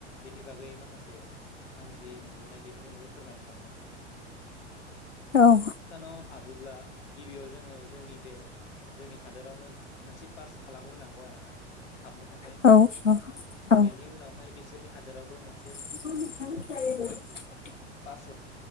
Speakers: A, on the left; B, on the left.
A: बेनि बागै माखासे आं जि मोनबोनाय बेफोरनि बागै फोरमायनो सानदों।
B: औ
A: भुथानाव हाबोब्ला गिबियाव जोङो जोंनि बे जोंनि हादोरावनो मोनसे पास खालामग्रोनांगौ आरोना हाबनो थाखाय
B: औ औ औ
A: बेनि उनावहाय बिस बिसोरनि हादरावबो मोनसे
B: <unintelligible>
A: पास